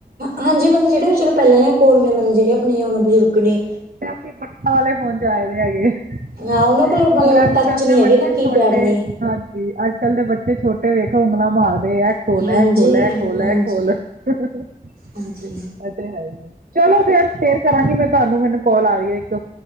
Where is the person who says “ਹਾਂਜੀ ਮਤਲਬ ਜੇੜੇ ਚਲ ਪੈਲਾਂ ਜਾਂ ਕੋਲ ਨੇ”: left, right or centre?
Right